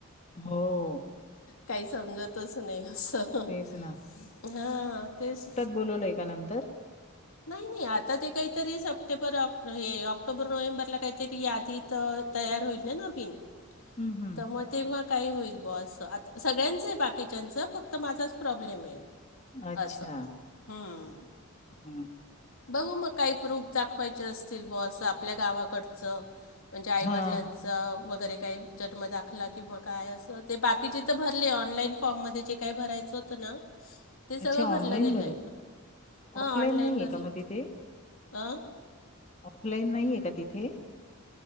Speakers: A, on the left; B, on the left.
A: हो
B: काही समजतच नाही असं
A: तेच
B: हा तेच
A: बोलवलं एका नंतर
B: नाही नाही आता ते काहीतरी सप्टेंबर हे ऑक्टोबर नोव्हेंबरला काहीतरी यादीत तयार होईल न नवीन
A: हं, हं.
B: तर मग ते तेव्हा काही होईल बॉ आस आता सगळ्यांचं आहे बाकीच्यांचं फक्त माझाच प्रॉब्लेम आहे
A: अच्छा
B: असं हम्म.
A: हम्
B: बघू मग काही प्रूफ दाखवायचे असतील ब असं आपल्या गावाकडचं म्हणजे आईवडिलांचं
A: हां.
B: अस वगैरे काही जन्म दाखला किंवा काय असं ते बाकीचे तर भरले ऑनलाईन फॉर्म म जे काय भरायचं होत ना ते सगळं
A: अच्छा
B: भरलं
A: ऑनलाईन
B: गेलं आहे हां
A: ऑफलाईन
B: ऑनलाईन
A: नाहीये
B: भरलं
A: का मग तिथे?
B: ह
A: ऑफलाईन नाही आहे का तिथे